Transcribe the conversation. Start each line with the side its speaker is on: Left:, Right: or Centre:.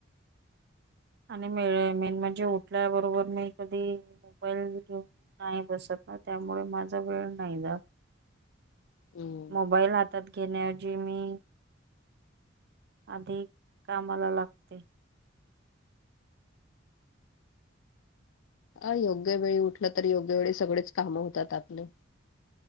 Right: आणि मेळ मेन म्हणजे उठल्याबरोबर नाही कधी. मोबाईल घेऊन नाही बसत. त्यामुळे माझा वेळ नाही जात.
Left: <inaudible> हम्म
Right: मोबाईल हातात घेणयाऐवजी मी. आधी कामाला लागते.
Left: अ योग्य वेळी उठलं तर योग्य वेळी सगळेच काम होतात आपले.